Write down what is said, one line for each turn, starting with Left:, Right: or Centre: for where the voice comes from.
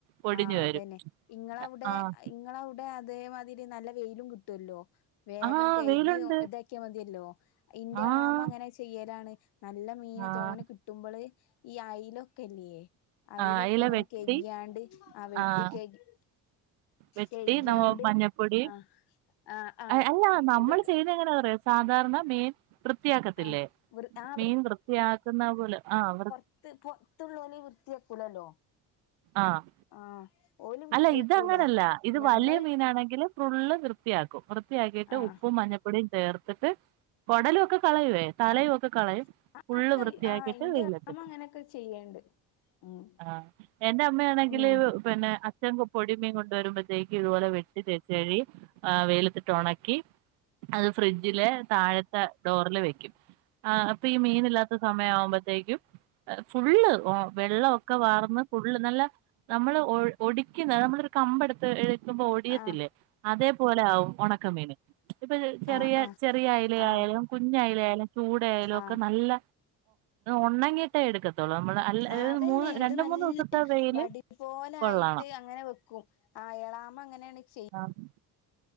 Right: പൊടിഞ്ഞു
Left: ആ
Right: വരും
Left: അതന്നെ ഇങ്ങളൗടെ
Right: ആഹ്
Left: ഇങ്ങളൗടെ അതേമാതിരി നല്ല വെയിലും കിട്ടല്ലോ വേഗം
Right: ആഹ്
Left: കെയ്കി
Right: വെയിലുണ്ട്
Left: ഇതാക്കിയാ മതിയല്ലോ ഇന്റെ
Right: ആഹ്
Left: എളാമ്മങ്ങനെ ചെയ്യലാണ് നല്ല മീന്
Right: ആഹ്
Left: തോനേ കിട്ടുമ്പോള് ഈ അയിലൊക്കെയില്ലേ അയിലൊക്കെ
Right: അയില
Left: ഇങ്ങനെ
Right: വെട്ടി
Left: കെയ്കിയാണ്ട് ആ വെട്ടി
Right: ആഹ്
Left: കെയ്കി
Right: വെട്ടി
Left: കെയ്കിയാണ്ട്
Right: നമ്മ മഞ്ഞപൊടി
Left: ആഹ് ആഹ് ആഹ്
Right: എ അല്ല നമ്മൾ
Left: ഇതൊക്കെ
Right: ചെയ്ത എങ്ങനെയന്ന് അറിയോ സാധാരണ മീൻ വൃത്തിയാക്കത്തില്ലേ
Left: ആഹ് വൃ ആഹ്
Right: മീൻ വൃത്തിയാക്കുന്ന പോലെ ആഹ് വൃ
Left: ത് <unintelligible> വൃത്തിയാക്കൂലല്ലോ
Right: ആഹ്
Left: ആഹ് ഓല് വൃത്തിയാക്കൂല
Right: അല്ല ഇതങ്ങനെല്ല ഇത്
Left: ഞമ്മള്
Right: വലിയ മീനാണെങ്കില് ഫുള്ള് വൃത്തിയാക്കും വൃത്തിയാക്കിയിട്ട്
Left: ആഹ്
Right: ഉപ്പും മഞ്ഞ പൊടിം ചേർത്തിട്ട് കൊടലൊക്കെ കളയുവേ തലേയും
Left: ആഹ്
Right: ഒക്കെ കളയും
Left: ആ
Right: ഉള്ള്
Left: അത്
Right: വൃത്തിയാക്കിട്ട്
Left: ആ ഇന്റെ
Right: വെയിലെത്തിടും
Left: അമ്മ അങ്ങനെയൊക്കെ ചെയ്യണ്ട് ഉം
Right: ആ എന്റെ അമ്മയാണെങ്കില്
Left: ഉം
Right: പിന്നെ അ ച്ഛൻ പൊടിമീൻ കൊണ്ടുവരുമ്പത്തേക്ക് ഇതുപോലെ വെട്ടി തേച്ച് കഴുകി ആ വെയിലത്തിട്ട് ഒണ ക്കി അത് ഫ്രിഡ്ജിലെ താഴെ ത്തെ ഡോറില് വെക്കും അ അപ്പോ ഈ മീനില്ലാത്ത സമയം ആവുമ്പോഴത്തേക്കും ഫുള്ള് ഓ വെള്ളോക്കെ വാർന്ന് ഫുള്ള് നല്ല നമ്മള് ഒ ഒടിക്കുന്ന നമ്മളൊരു കമ്പ് എടുത്ത് എ ടുക്കുമ്പോ ഒടിയത്തില്ലേ
Left: ആ
Right: അതേപോലെ ആകും ഒണക്കമീന് ഇപ്പൊ ചെറിയ
Left: ആ ആ
Right: ചെറിയ അായല
Left: ആ
Right: ആയാലും കുഞ്ഞ് അയല ആയാലും ചൂട ആയാലും
Left: ആ
Right: ഒക്കെ നല്ല ഒണ്ണങ്ങേട്ടേ എടുക്കത്തോുള്ളൂ നമ്മള് അല്ല
Left: ആ അതന്നെ
Right: മൂന്ന്
Left: ഇത്
Right: രണ്ട
Left: നല്ല
Right: മൂന്ന് ദിവസത്തെ വെയില്
Left: വടി പോലെ
Right: കൊള്ളണം
Left: ആയിട്ട് അങ്ങനെ വെക്കും അയളാമ അങ്ങനെയാണ് ചെയ്യ
Right: ആഹ്